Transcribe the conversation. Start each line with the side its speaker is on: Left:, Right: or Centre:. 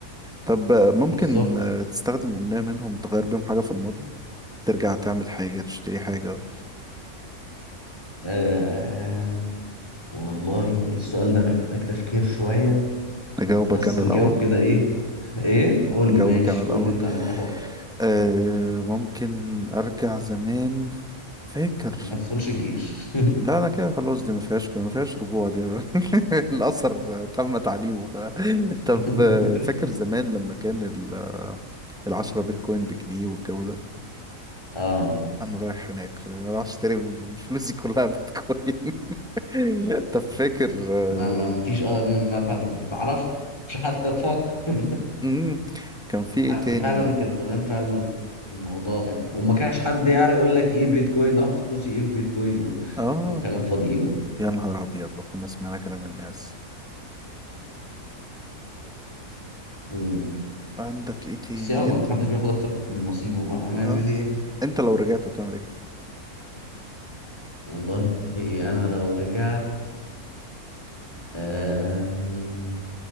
Centre: طب ممكن
Left: بالظبط
Centre: آه، تستخدم أمنية منهم تغير بيهم حاجة في الماضي ترجع تعمل حاجة تشتري حاجة
Left: آه والله السؤال ده محتاج تفكير شويه
Centre: أجاوبك
Left: بس
Centre: أنا
Left: نجاوب
Centre: الأول
Left: كده ايه ايه قول
Centre: أجاوبك
Left: لي ماشي
Centre: أنا الأول
Left: قول لي انت على ما انا افكر
Centre: أه ممكن أرجع زمان فاكر
Left: ما تدخلش الجيش
Centre: لا أنا كده خلاص دي ما فيهاش ما فيهاش رجوع دي <laughs> الأثر تم تعليمه <laughs> خلاص. طب
Left: <laughs>
Centre: آه، فاكر زمان لما كان ال- آه، العشرة بيتكوين بجنيه والجو ده
Left: اه
Centre: أنا رايح هناك أنا رايح أشتري فلوسي كلها بيتكوين <laughs> طب فاكر آه،
Left: ما ما ما فيش اه ما تعرفش حتى تفكر <laughs>
Centre: امم كان في ايه
Left: كان
Centre: تاني
Left: فعلا كان زمان فعلا الموضوع يعني وما كانش حد يعرف يقول لك ايه بيتكوين ده احط فلوسي ايه في بيتكوين و...
Centre: اه
Left: وكلام فاضي ايه و...
Centre: يا نهار ابيض لو كنا سمعنا كلام الناس
Left: مم.
Centre: عندك ايه تاني
Left: بس يلا
Centre: انت
Left: محدش بياخد اكتر من نصيبه بقى هنعمل
Centre: اه
Left: ايه
Centre: انت لو رجعت هتعمل ايه
Left: والله انا لو رجعت آم،